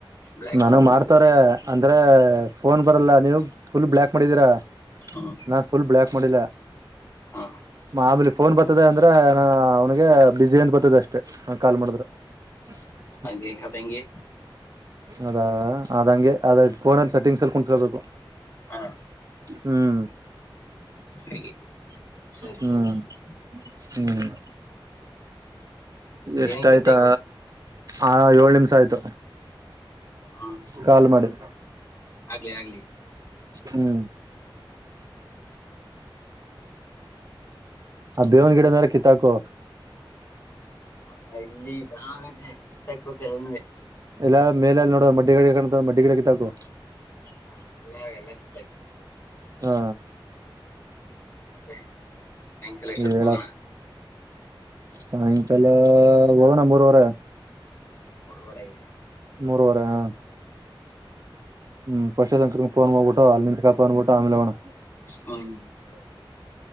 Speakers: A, on the left (about 30°); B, on the right (about 45°).
A: ಬ್ಲ್ಯಾಕ್
B: ನನಗ್
A: ಮಾಡ್ಬಿಟ್ಟಿದೀನಿ
B: ಮಾಡ್ತಾರೆ ಅಂದ್ರೆ. ಫೋನ್ ಬರಲ್ಲ ನೀವು ಫುಲ್ ಬ್ಲ್ಯಾಕ್ ಮಾಡಿದೀರಾ
A: ಹ್ಮ್
B: ನನ್ ಫುಲ್ ಬ್ಲಯಾಕ್ ಮಾಡಿಲ್ಲ.
A: ಹಾ
B: ಆಮೇಲಿ ಫೋನ್ ಬತ್ತದೆ ಅಂದ್ರೆ ಅವ್ನಿಗೆ ಬಿಝಿ ಅಂದ್ ಬತ್ತದೇ ಅಷ್ಟೇ ಕಾಲ್ ಮಾಡದ್ರೆ. <unintelligible>
A: ಹಂಗೆಂಗ ಅದೆಂಗೆ.
B: ಅದಾ ಅದ ಹಂಗೆ ಅದ ಫೋನಲ್ಲಿ ಸೆಟ್ಟಿಂಗ್ಸ್ ಎಲ್ಲಿ ಕುಂತಿರ್ಬೇಕು.
A: ಹಾ
B: ಹ್ಮ್
A: ಹಾಗೆ ಸರಿ
B: ಹ್ಮ್
A: ಸರಿ ಸರಿ
B: ಹ್ಮ್ ಎಷ್ಟ
A: ಏನಕ್ಕಂತ
B: ಆಯ್ತಾ
A: ಈಗ ಹೋಗ್
B: ಆ ಏಳ್ ನಿಮ್ಶಾ ಆಯ್ತು.
A: ಹಾ
B: ಕಾಲ್ ಮಾಡಿ.
A: ಆಗ್ಲಿ ಆಗ್ಲಿ.
B: ಹ್ಮ್ ಆ ಬೇವನ್ ಗಿಡದಾರ ಕಿತಾಕು.
A: ಹ ಇಲ್ಲಿ ಜಾ ಆಗೈತೆ ಕಿತ್ತಾಕ್ ಬೇಕ್ ಅದುನುವೆ.
B: ಇಲ್ಲಾ ಮೇಲೆ ನೋಡು ಮಡ್ಡಿ ಗಡೆ ಕಾಣತ ಮಡ್ಡಿ ಗಿಡ ಕಿತ್ತಾಕು.
A: ಹಾ ಎಲ್ಲ ಎಲ್ಲ ಕಿತ್ತಾಕ್ಬೇಕು
B: ಹಾ
A: ಮತ್ತೆ ಸಾಯಂಕಾಲ ಎಷ್ಟೊತ್ಕ
B: ಹೇಳ
A: ಹೋಗೋಣ.
B: ಸಾಯಂಕಾಲ ಹೋಗಣ ಮೂರೂವರೆ.
A: ಮೂರೂವರೆಗೆ.
B: ಮೂರುವರೆ ಹಾ. ಹ್ಮ್ ಪಶೋದ ಅಂಕಲ್ಗ ಫೋನ್ ಮಾಡ್ಬಿಟ್ಟು ಅಲ್ಲಿ ನಿಂತ್ಕೋ ಬನ್ನಬಿಟ್ಟು ಆಮೇಲೆ ಹೋಗಣ.
A: ಹ್ಮ್ ಸರಿ ಸರಿ